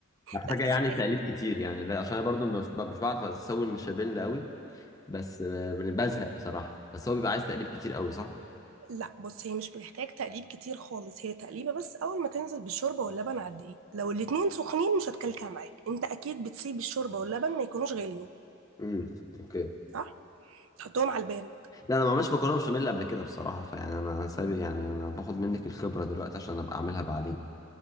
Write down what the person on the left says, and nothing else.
محتاجة
يعني تقليب كتير يعني لا عشان انا برضو مش مش بعرف اسوي المشابين لا قوي بس آه، بزهق بصراحة بس هو بيبقى عايز تقليب كتير قوي صح
مم. اوكي
لا انا ما عملتش مكرونه بشاميل قبل كده بصراحه فيعني انا سابق يعني انا باخد منك الخبره دلوقتي عشان ابقى اعملها بعدين